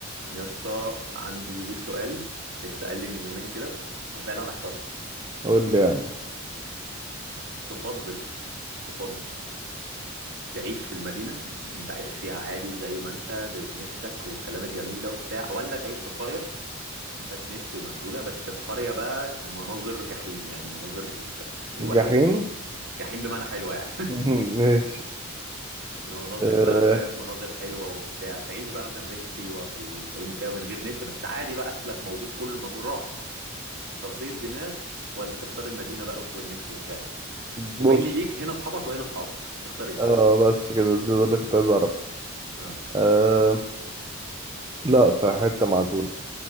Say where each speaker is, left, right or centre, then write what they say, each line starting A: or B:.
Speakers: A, on the right; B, on the right.
A: يا اسطى عندي ليك سؤال اتسأل لي من يومين كده وفعلا احترت
B: قول لي يا عم
A: تفضل تفضل تعيش في المدينة اللي انت عايش فيها عادي زي ما انت بنتك والكلام الجميل ده وبتاع ولا تعيش في قرية ما فيهاش نت ومعزولة بس القرية بقى مناظر جحيم يعني مناظر حلوة
B: جحيم
A: قوي جحيم بمعنى حلوة يعني <laughs>
B: <laughs> ماشي
A: مناظر
B: أه
A: بقى فاهم مناظر حلوة وبتاع تعيش بقى مثلا زي في سيوة في الفيوم وكده من غير نت بس عادي بقى اكلك موجود كله موجود راحة تفضية دماغ ولا تختار المدينة بقى والنت وبتاع
B: بص
A: ومني ليك هنا اصحابك وهنا اصحابك تختار ايه
B: اه بس كده ده ده اللي كنت عايز اعرفه
A: اه
B: أه لا في حتة معزولة